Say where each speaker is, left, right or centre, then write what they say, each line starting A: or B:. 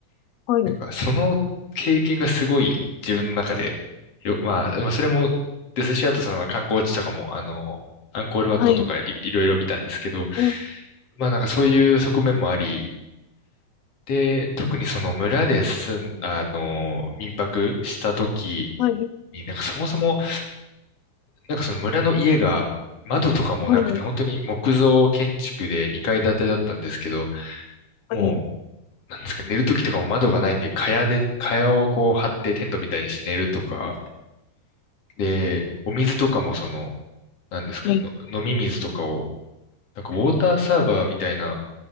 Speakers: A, on the left (about 85°); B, on the left (about 45°).
A: はい、
B: なんかその経験がすごい自分の中で、よ、まあ、まあそれもですし、あとそのまあ観光地とかも、あの、アンコールワットとかいいろいろ見たんですけど、
A: はい、うん、
B: まあなんかそういう側面もあり、で、特にその村で住ん、あの、民泊した時
A: はい、
B: に、なんかそもそも、なんかその村の家が窓とかもなくて、
A: はい、
B: 本当に木造建築で2階建てだったんですけど、も
A: はい、
B: う、なんですか、寝る時とかも窓がないんで、蚊帳で、蚊帳をこう張ってテントみたいにして寝るとか、で、お水とかもその、なんですかね、
A: はい、
B: の飲み水とかを、なんかウォーターサーバーみたいな、